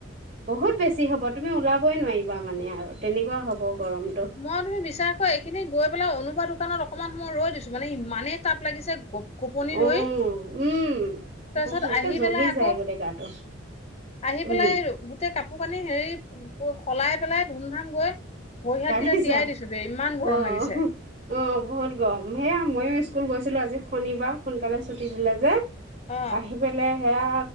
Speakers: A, on the right (about 45°); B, on the left (about 35°).
A: বহুত বেছি হ'ব তুমি ওলাবই নোৱাৰিবা মানে আৰু তেনেকুৱা হ'ব। গৰমটো
B: মই তুমি বিচাৰ কৰ এইখিনি গৈ পেলাই অনুপা দোকানত অকণমান সময় ৰৈ দিছোঁ মানে ইমানেই তাপ লাগিছে খোপনি
A: অ
B: ধৰি,
A: উম
B: তাৰপিছত
A: বহুত একে
B: আহি
A: জ্বলি
B: পেলাই আকৌ,
A: যায় গোটেই গাটো
B: আহি
A: উম
B: পেলাই গোটেই কাপ কাপোৰ কানি হেৰি সলাই পেলাই ধুম ধাম গৈ <unintelligible>
A: <unintelligible> অ'
B: দিছোগে ইমান গৰম লাগিছে
A: অ' বহুত গৰম সেয়া ময়ো স্কুল গৈছিলো আজি শনিবাৰ সোনকালে ছুটি দিলে যে।
B: অ
A: আহি পেলাই সেয়া